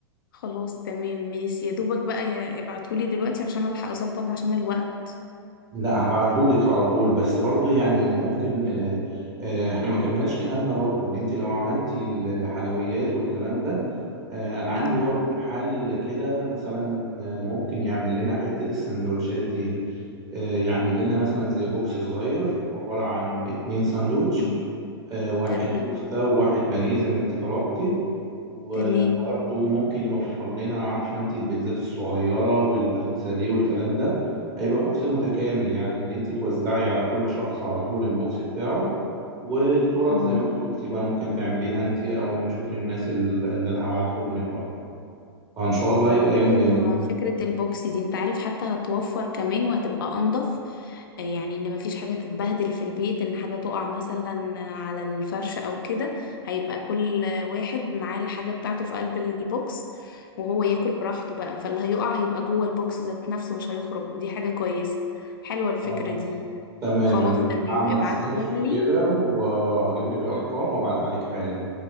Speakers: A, on the left; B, on the right.
A: خلاص تمام ماشي يا دوبك بقى يا- ابعتهولي دلوقتي عشان الحق اظبط عشان الوقت
B: لا هبعتهولك على طول بس برضه يعني ممكن آه، آه، احنا ما كملناش كلامنا برضه ان انت لو عملتي الحلويات والكلام ده آه، انا عندي
A: اه
B: برضه محل كده مثلا آه، ممكن يعمل لنا حتة السندوتشات دي آه، يعمل لنا مثلا زي بوكس صغير عبارة عن اتنين ساندوتش
A: تمام
B: آه، واحد
A: تمام
B: كفتة وواحد بانيه زي ما انت طلبتي وبرضه
A: تمام
B: ممكن يوفر لنا عارفة انت البيتزات الصغيرة والباتون ساليه والكلام ده هيبقى بوكس متكامل يعني ان انت توزعي على كل شخص على طول البوكس بتاعه والتورت زي
A: اه
B: ما انت قلتي بقى ممكن تعمليها انت او نشوف الناس ال- اللي انا هبعتهم لك برضه فان شاء الله يبقى يوم
A: ايوه
B: جميل
A: فكرة البوكس دي انت عارف حتى هتوفر كمان وهتبقى انضف آه، يعني ان مفيش حاجة تتبهدل في البيت ان حاجة تقع مثلا على الفرش او كده هيبقى كل واحد معاه الحاجة بتاعته في قلب البوكس وهو ياكل براحته بقى فاللي هيقع هيبقى جوه البوكس ذات نفسه مش هيخرج ودي حاجة كويسة حلوة الفكرة
B: خلاص
A: دي
B: تمام
A: خلاص
B: انا
A: تمام
B: هعمل
A: ابعتهم
B: سيرش
A: لي
B: كده وهجيب لك الارقام وابعتها لك حالا